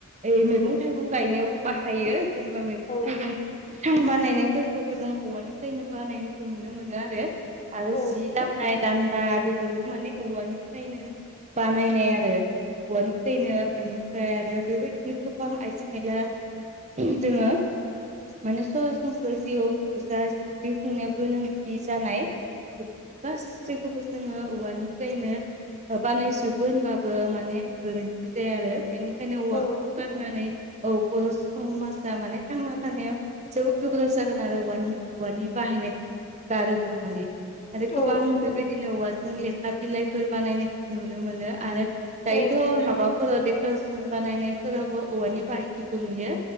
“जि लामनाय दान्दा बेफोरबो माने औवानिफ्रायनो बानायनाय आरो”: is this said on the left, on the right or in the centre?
Right